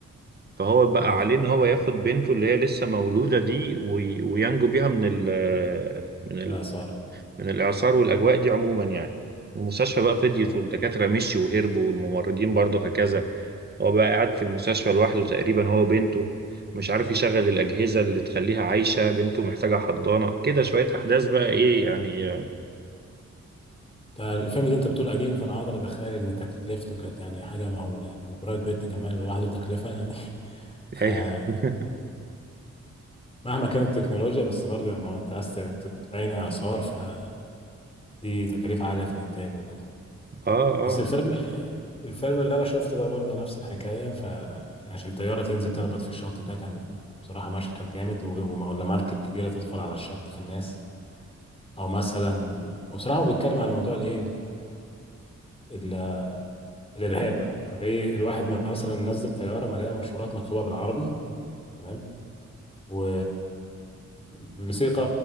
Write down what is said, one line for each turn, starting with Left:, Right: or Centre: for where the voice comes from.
Right: فهو بقى
Left: يا خبر
Right: عليه إن هو ياخد بنته اللي هي لسه مولودة دي وي- وينجو بيها من ال من ال
Left: بالاسعار
Right: من الإعصار والأجواء دي عموما يعني المستشفى بقى فضيت
Left: اه
Right: والدكاترة مشيوا وهربوا والممرضين برضه هكذا هو بقى قاعد في المستشفى لوحده تقريبا هو وبنته مش عارف يشغل الأجهزة اللي تخليها عايشة بنته محتاجة حضانة كده شوية أحداث بقى إيه يعني
Left: ده الفيلم ده انت بتقول قديم فانا قادر اتخيل ان تكلفته كانت يعني حاجه معقوله يعني وبرايت بيت كمان لوحده تكلفه يعني <laughs> فمهما
Right: ايوه <laughs>
Left: كانت التكنولوجيا بس برضه ما انت عايز تبين اثار فدي تكاليف عاليه في الانتاج وكده
Right: اه اه
Left: بس الفيلم الفيلم اللي انا شفته ده برضه نفس الحكايه ف يعني عشان الطياره تنزل تخبط في الشط ده كان بصراحه مشهد جامد و- وما- ولا مركب كبيره تدخل على الشط في الناس او مثلا وبصراحه هو بيتكلم عن موضوع الايه ال- ال- الارهاب بقى فايه الواحد ما- مثلا نزل طياره مليانه منشورات مكتوبه بالعربي تمام و بصيغه